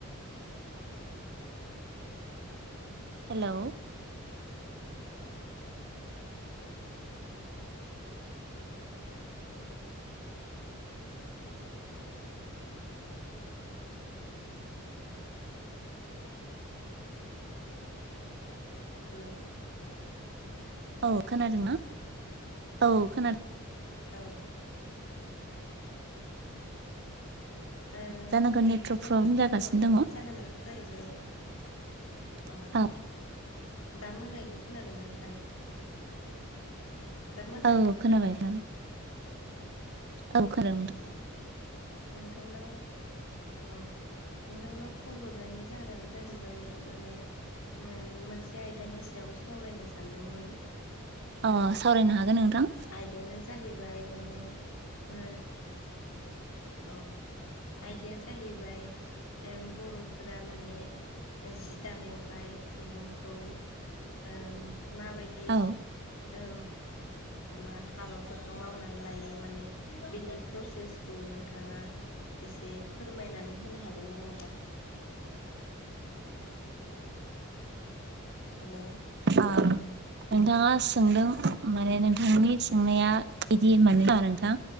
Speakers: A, on the right; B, on the left.
A: हेलौ
B: हेलौ
A: औ खोनादोंना? औ खोनादों
B: औ खोनादों ओ
A: जानांगौ
B: नोंथांनाव
A: नेटवर्क प्रब्लेम जागासिनो
B: कल हरनायनि
A: दङ
B: जाहोनानो जाहैबाय अ
A: औ
B: दा मोजाङैनो खोनादोंना नोंथां? <inaudible> दा मोजाङैनो
A: औ खोनाबाय
B: खोनाबायना?
A: खोनाबाय औ खोनादों। नोंथां
B: अ नोंथांनाव अ नोंथांनाव कल हरनायनि जाहोनानो जाहैबाय माने ओ मोनसे आयदानि सायाव सावरायनो सानदोंमोन।
A: अ सावरायनो हागोन नोंथां।
B: आयदायानो जाहैबाय माने ओ अ आयदाया जाहैबाय ओ बर'फोरा माने जि दानायावहाय खुन्दुंखौ ओम माबायदि
A: औ
B: मा हाबाफोरखौ मावनानै लायो माने बिनि प्रसेसखौ नों नोंथाङा एसे फोरमायनानै होनो हागोन ना नोंथां? हेलौ
A: आ नोंथाङा सोंदों माने नोंथांनि सोंनाया बिदि मान नङा नोंथां